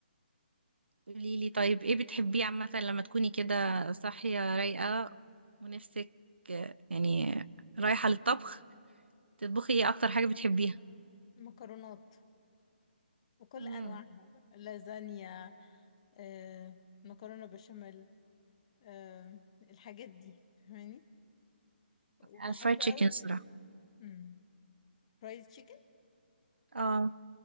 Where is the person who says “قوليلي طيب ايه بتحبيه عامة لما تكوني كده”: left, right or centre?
Right